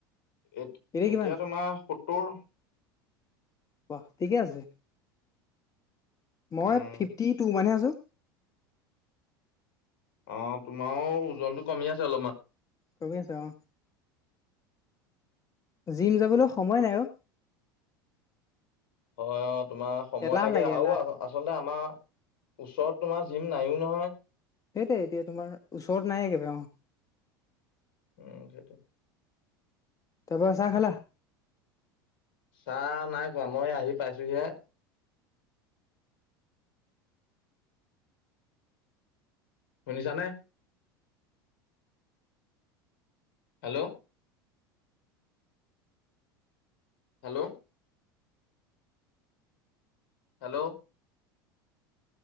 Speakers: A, on the left; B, on the left.
A: এ-এতিয়া
B: এতিয়া কিমান
A: তোমাৰ সত্তৰ।
B: বাহ! ঠিকে আছে। মই
A: উম
B: ফিফ্টি টু মানহে আছো।
A: অ', তোমাৰো ওজনটো কমি আছে অলপমান।
B: কমি আছে অ'। জিম যাবলৈ সময় নাই অ'।
A: হয়, অ' তোমাৰ সময়
B: এলাহ
A: লাগে আৰু
B: এলাহ
A: আচলতে আমাৰ ওচৰত তোমাৰ জিম নাইও নহয়।
B: সেইটোই এতিয়া তোমাৰ ওচৰত নাই একেবাৰে অ'।
A: উম, সেইটো।
B: তাৰপৰা চাহ খালা?
A: চাহ নাই খোৱা মই আহি পাইছোহি হে। শুনিছা নে? হেল্ল'। হেল্ল'। হেল্ল'।